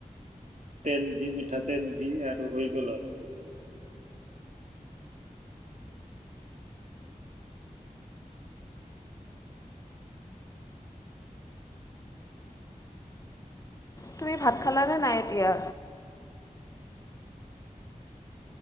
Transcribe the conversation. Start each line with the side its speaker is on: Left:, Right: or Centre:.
Right: তেল দি মিঠাতেল দি আৰু হৈ গ'ল আৰু।
Left: তুমি ভাত খালে নে নাই এতিয়া?